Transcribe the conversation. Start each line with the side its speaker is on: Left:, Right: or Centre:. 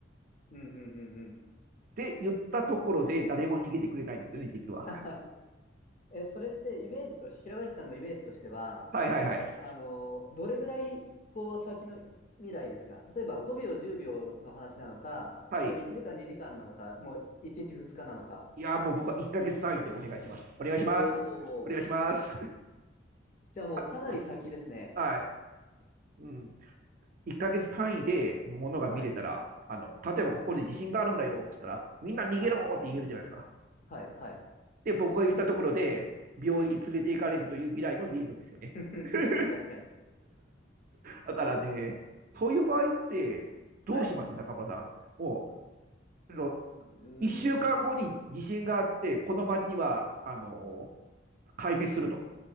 Left: うんうんうんうん。
Right: って言ったところで、誰も逃げてくれないんですよね、実は。
Left: <laughs> え、それってイメージと、平林さんのイメージとしては、
Right: はいはいはい。
Left: あの、どれぐらい、こう、先の未来ですか例えば5秒、10秒の話なのか、
Right: はい。
Left: もう1時間、2時間なのか、もう1日、2日なのか。
Right: いや、もう僕は1ヶ月単位でお願いします。お願いします。
Left: おー、
Right: お願いします。
Left: じゃあもうかなり先ですね。
Right: <laughs> はい。うん。1ヶ月単位でものが見れたら、
Left: はい、
Right: あの、例えばここで地震があるんだよって言ったら、みんな逃げろって言えるじゃないですか。
Left: はい、はい、はい。
Right: で、僕が言ったところで、病院に連れて行かれるという未来も見えるんですよね。
Left: うん。<laughs>
Right: <laughs>
Left: 確かに。
Right: だからね、そういう場合って、どうします中村さん。
Left: はい。う
Right: もう、
Left: ーん、
Right: 1週間後に地震があって、この町は、あの、壊滅すると。